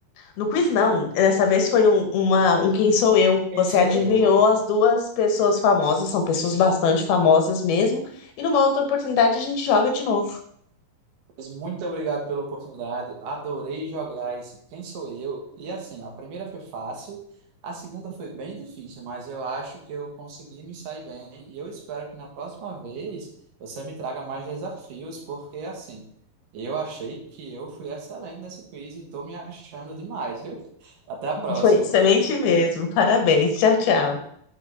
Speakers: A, on the left; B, on the right.
A: No quiz não, dessa vez foi um, uma, um Quem Sou Eu.
B: Quem
A: Você
B: sou
A: adivinhou
B: eu?
A: as duas pessoas famosas, são pessoas bastante famosas mesmo. E numa outra oportunidade a gente joga de novo.
B: Mas muito obrigado pela oportunidade. Adorei jogar esse Quem sou eu? E assim, a primeira foi fácil, a segunda foi bem difícil, mas eu acho que eu consegui me sair bem. E eu espero que na próxima vez você me traga mais desafios, porque assim, eu achei que eu fui excelente nesse quiz e estou me achando demais, viu? Até a próxima.
A: Foi excelente mesmo, parabéns, tchau, tchau.